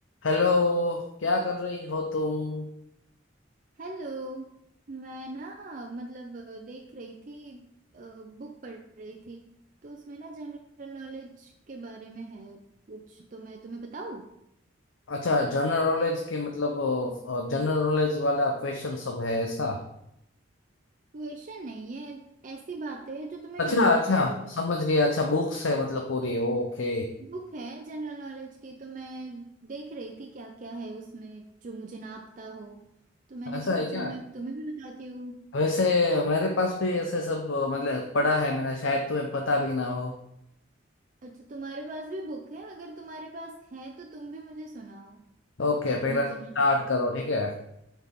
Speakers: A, on the left; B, on the right.
A: Hello क्या कर रही हो तुम
B: Hello मैं ना मतलब अ, देख रही थी बुक पढ़ रही थी तो उसमें ना जनरल नॉलेज के बारे में है कुछ तो मैं तुम्हें बताऊं
A: अच्छा जनरल नॉलेज के मतलब जनरल नॉलेज वाला क्वेश्चन सब है ऐसा
B: क्वेश्चन नहीं है ऐसी बातें हैं जो तुम्हें
A: अच्छा
B: नहीं
A: अच्छा
B: पता होगी
A: समझ गया अच्छा बुक्स है मतलब पूरी ओके
B: बुक है जनरल नॉलेज की तो मैं देख रही थी क्या क्या है उसमें जो मुझे ना पता हो तो मैंने
A: ऐसा
B: सोचा
A: है क्या
B: मैं तुम्हें भी बताती हूँ
A: वैसे मेरे पास भी ऐसे सब अ, मतलब पढ़ा है मैंने शायद तुम्हें पता भी ना हो
B: अच्छा तुम्हारे पास भी बुक है अगर तुम्हारे पास है तो तुम भी मुझे सुनाओ
A: ओके
B: जो
A: पहला
B: मुझे
A: तुम स्टार्ट
B: ना पता
A: करो
B: हो
A: ठीक है